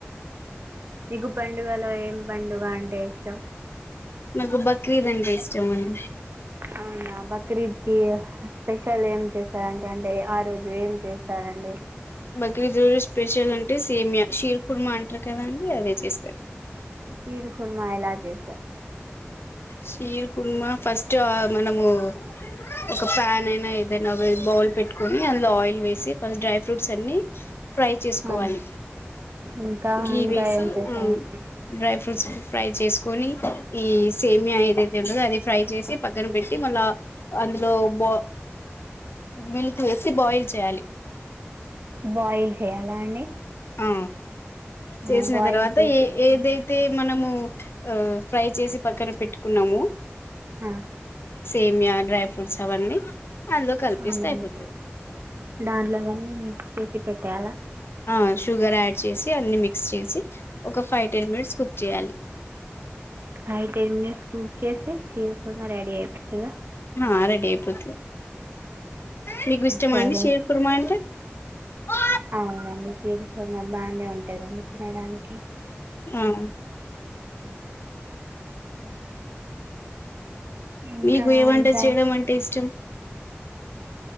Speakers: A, on the right (about 55°); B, on the left (about 60°).
A: నగు పండుగలో ఏం పండుగ అంటే ఇష్టం
B: నాకు బక్రీద అండి ఇష్టం అండి
A: అవునా బక్రీద్ కి స్పెషల్ ఏం చేస్తారంటే అంటే ఆ రోజు ఏం చేస్తారంండి
B: బగ్రీదోడు స్పెషల్ అంటే సేమ్యా షీర కుర్మ అంటారు కదా అండి అదే చేస్తారు
A: షీర్ ఖుర్మా ఎలాజే
B: సీర్ కుడుమా ఫస్ట్ మనము ఒక ఫ్యాన్ అయినా ఏదైనా బౌల్ పెట్టుకొని అ ఆయిల్ వేసి ఫస్ట్ డ్రై ఫ్రూట్స్ అన్ని ఫ్రై చేసుకోవాలి
A: ఆ, ఇంకా
B: గీ
A: ఇంకా
B: వేసి
A: ఏం చేశారు
B: ఉమ్ డ్రై ఫ్రూట్స్ ఫ్రై చేసుకొని ఈ సేమ్య ఏదైతే ఉంటందో అది ఫ్రై చేసి పక్కన పెట్టి మళ్ళా, అందులో బా మిల్క్ వేసి బాయిల్ చేయాలి
A: బాయిల్ చేయాలా అండి
B: ఆ చేసిన
A: ఆ, బాయిల్
B: తర్వాత
A: చేసిన
B: ఏ
A: తర్వాత
B: ఏదైతే మనము ఆ ఫ్రై చేసి పక్కన పెట్టుకున్నాము
A: హా
B: సేమ్య డ్రై ఫ్రూట్స్ అవన్నీ అందులో కల్పిస్తే
A: అవునండి
B: అయిపోతది
A: దాంట్లో అన్నీ మిక్స్ చేసి పెట్టాలా
B: ఆ షుగర్ యాడ్ చేసి అ మిక్స్ చేసి ఒక ఫైవ్ టెన్ మినిట్స్ కుక్ చేయాలి
A: ఫై టెన్ మినిట్స్ కుక్ చేసి చీరకుడా రెడీ అయిపోతుగా
B: ఆ రెడీ అయిపోతది మీకు ఇష్టమా
A: సరే
B: అండి షేర్ కుర్మా అంట ఓ
A: అవునండి హ ఇ మా బా అనే ఉంటాదండి తినడానికి
B: ఆ
A: ఇంకా
B: మీకు ఏమంట
A: ఇంకా
B: చేయడం అంటే ఇష్టం